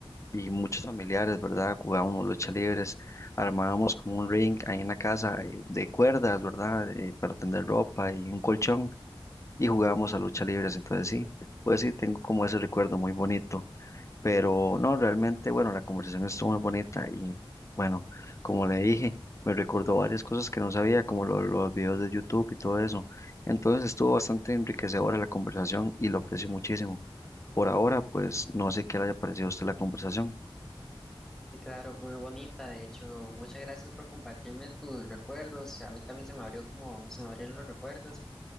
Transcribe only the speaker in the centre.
Y claro, fue muy bonita. De hecho, muchas gracias por compartirme tus recuerdos. A mí también se me abrió como se me abrieron los recuerdos